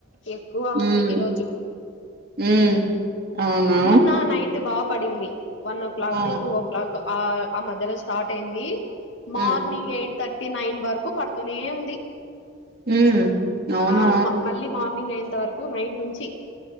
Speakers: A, on the left; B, on the right.
A: ఎక్కువ
B: హ్మ్
A: ఉంది ఈరోజు
B: హ్మ్
A: మ్
B: అవునా
A: మొన్న నైట్ బాగా పడింది వన్ ఓ క్లాక్
B: ఆ
A: టూ ఓ క్లాక్ ఆ ఆ మధ్యలో స్టార్ట్ అయింది
B: హ్మ్
A: మార్నింగ్ ఎయిట్ థర్టీ నైన్ వరకు పడుతూనే ఉంది
B: హ్మ్ అవునా
A: ఆ మళ్ళీ మార్నింగ్ అయ్యేంత వరకు నైట్ నుంచి